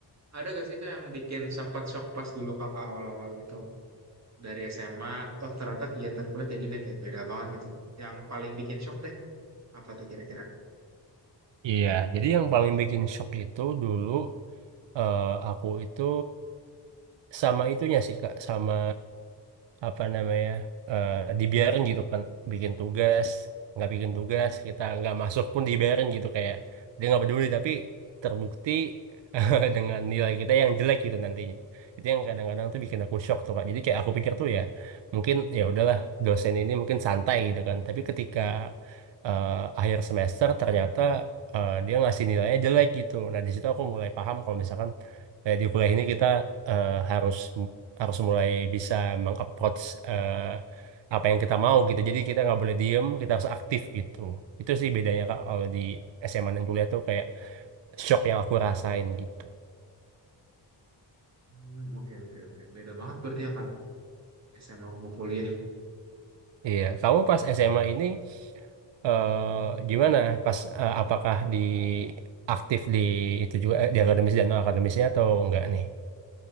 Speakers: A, on the right (about 40°); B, on the right (about 85°).
A: ada gak sih Kak yang bikin sempat shock pas dulu Kakak awal-awal gitu? Dari SMA, oh ternyata kegiatan kuliah kayak gini, ya, kayak beda banget gitu. Yang paling bikin shock deh, apa tuh kira-kira?
B: iya jadi yang paling bikin shock itu dulu eh, aku itu sama itunya sih kak sama apa namanya eh, dibiarin gitu kan bikin tugas nggak bikin tugas kita nggak masuk pun dibiarin gitu kayak dia nggak peduli tapi terbukti <laughs> dengan nilai kita yang jelek gitu nantinya itu yang kadang-kadang tuh bikin aku shock tuh kak jadi kayak aku pikir tuh ya mungkin ya udahlah dosen ini mungkin santai gitu kan tapi ketika eh, akhir semester ternyata eh, dia ngasih nilainya jelek gitu nah di situ aku mulai paham kalau misalkan kayak di kuliah ini kita eh, harus harus mulai bisa mengapproach eh, apa yang kita mau gitu. Jadi kita nggak boleh diem, kita harus aktif gitu. Itu sih bedanya Kak kalau di SMA dan kuliah tuh kayak shock yang aku rasain gitu.
A: Hmm, oke oke oke, beda banget berarti ya Kak. SMA mau kuliah
B: Iya, kamu pas SMA ini eh, gimana? Pas eh, apakah di aktif di itu juga eh, di akademis dan non akademisnya atau enggak nih?